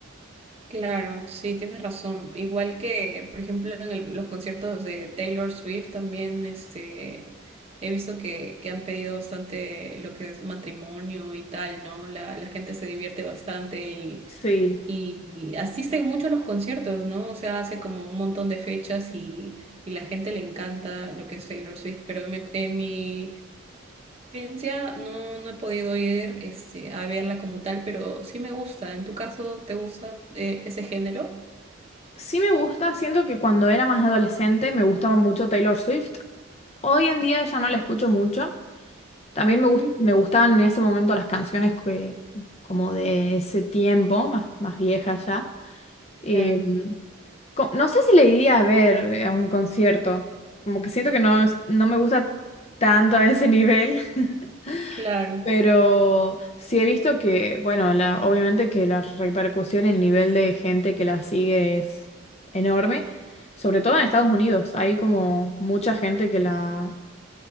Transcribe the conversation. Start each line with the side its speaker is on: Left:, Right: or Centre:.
Right: claro, sí, tienes razón. Igual que, por ejemplo, en el- los conciertos de Taylor Swift también, este, he visto que, que han pedido bastante lo que es matrimonio y tal, ¿no? La, la gente se divierte bastante Y,
Left: Sí,
Right: y asisten mucho a los conciertos, ¿no? O sea, hace como un montón de fechas y, y la gente le encanta lo que es Taylor Swift, pero en mi, en mi experiencia no, no he podido ir este, a verla como tal, pero sí me gusta. ¿En tu caso te gusta eh, ese género?
Left: sí me gusta, siento que cuando era más adolescente me gustaba mucho Taylor Swift. Hoy en día ya no la escucho mucho. También me,
Right: Ujú,
Left: gust- me gustaban en ese momento las canciones que, como de ese tiempo, más, más viejas ya.
Right: Claro,
Left: Eh, co- no sé si le iría a ver eh, a un concierto, como que siento que no, es- no me gusta tanto a ese nivel, <laughs>
Right: claro,
Left: pero sí he visto que, bueno, la- obviamente que la repercusión, el nivel de gente que la sigue es enorme, sobre todo en Estados Unidos, hay como mucha gente que la...